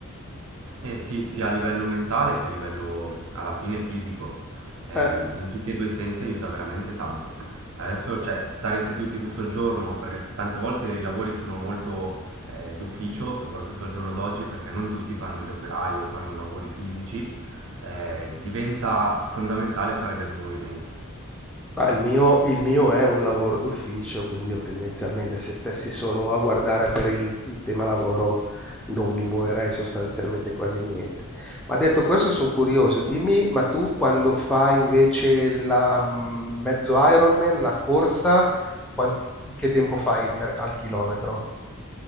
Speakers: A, on the right; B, in the centre.
A: Eh sì, sia a livello mentale che a livello alla fine fisico, Ehm,
B: Eh.
A: in tutti e due i sensi aiuta veramente tanto. Adesso, cioè, stare seduti tutto il giorno, perché tante volte i lavori sono molto eh, d'ufficio, soprattutto al giorno d'oggi, perché non tutti fanno gli operai o fanno lavori fisici, eh, diventa fondamentale fare del movimento.
B: Ma il mio il mio è un lavoro d'ufficio, quindi io tendenzialmente se stessi solo a guardare per il il tema lavoro non mi muoverei sostanzialmente quasi niente. Ma detto questo sono curioso, dimmi, ma tu quando fai invece la mm, mezzo Ironman, la corsa, quan- che tempo fai per- al chilometro?